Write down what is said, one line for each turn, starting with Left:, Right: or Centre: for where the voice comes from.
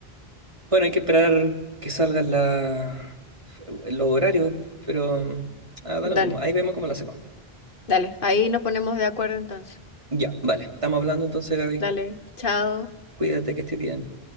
Right: Bueno, hay que esperar que salgan la, los horarios, pero ah, da
Left: Dale,
Right: lo mismo. Ahí vemos cómo lo hacemos.
Left: dale, ahí nos ponemos de acuerdo entonces.
Right: Ya, vale. Estamos hablando entonces, Gaby.
Left: Dale, chao.
Right: Cuídate que estés bien.